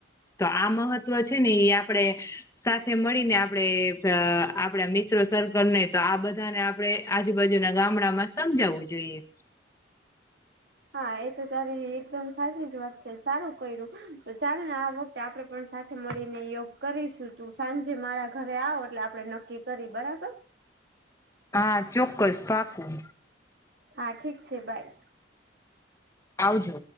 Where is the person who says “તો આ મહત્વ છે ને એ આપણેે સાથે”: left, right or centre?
Left